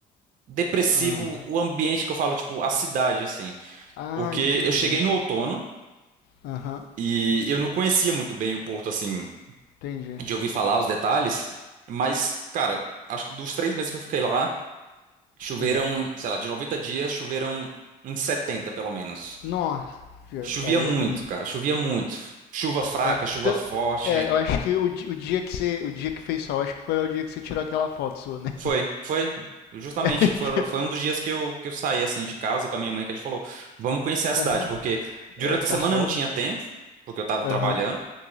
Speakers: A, on the right (about 50°); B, on the left (about 75°).
A: depressivo
B: Ah,
A: o ambiente que eu falo, tipo, a cidade, assim.
B: ah,
A: Porque
B: entendi.
A: eu cheguei no outono
B: Aham.
A: e eu não conhecia muito bem o Porto, assim,
B: Entendi.
A: de ouvir falar os detalhes, mas, cara, acho que dos três meses que eu fiquei lá. Choveram,
B: Hum.
A: sei lá, de 90 dias, choveram uns 70, pelo menos.
B: Nossa,
A: Chovia
B: aí
A: muito,
B: é ruim.
A: cara, chovia muito. Chuva fraca,
B: É.
A: chuva
B: tã-
A: forte.
B: É, eu acho que o, di- o dia que você, o dia que fez sol, acho que foi o dia que você tirou aquela foto sua, né?
A: Foi, foi. Justamente,
B: <laughs>
A: foi, foi um dos dias que eu, que eu saí, assim, de casa com a minha mãe, que a gente falou, vamos conhecer a cidade,
B: Aham.
A: porque durante
B: É, tá
A: a semana
B: sol,
A: eu não tinha
B: né?
A: tempo, porque eu tava
B: Aham,
A: trabalhando.